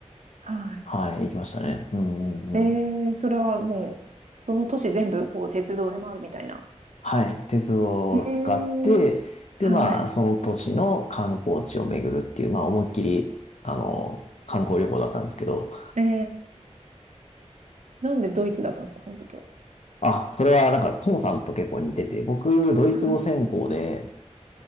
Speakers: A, on the right (about 75°); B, on the left (about 65°).
A: はい。
B: はい、行きましたね。うんうんうん。
A: えー、それはもう、その都市全部こう鉄道で回るみたいな
B: はい、鉄道を使って、
A: ええはい。
B: で、まあ、その都市の観光地を巡るっていう、まあ、思いっきり、あの、観光旅行だったんですけど、
A: ええなんでドイツだったんですか、その時は。
B: あ、それはなんか、トモさんと結構似てて、僕、ドイツ語専攻で、
A: はい。